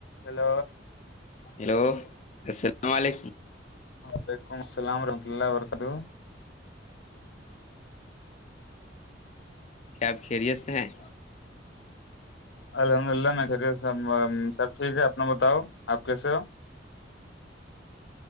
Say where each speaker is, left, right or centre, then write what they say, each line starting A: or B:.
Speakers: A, on the left; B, on the left.
A: ہیلو
B: ہیلو السلام علیکم
A: وعلیکم السلام ورحمۃہ اللہ و برکاتہ ہو
B: کیا آپ خیریت سے ہیں
A: الحمد للہ میں خیریت سے ہوں سب ٹھیک ہے اپنا بتاؤ آپ کیسے ہو